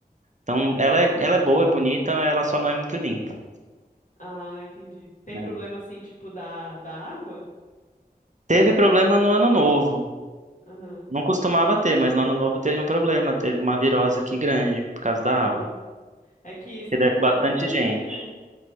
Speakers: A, on the right; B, on the left.
A: tão. Ela é, ela é boa, é bonita, mas ela só não é muito limpa,
B: Ah, entendi. Tem
A: né?
B: problema assim, tipo, da, da água?
A: Teve problema no Ano Novo.
B: Aham,
A: Não costumava ter, mas no Ano Novo teve um problema. Teve uma virose aqui grande por causa da
B: aham.
A: água.
B: É que Santa
A: Que desce
B: Catarina
A: bastante
B: também,
A: gente.
B: né?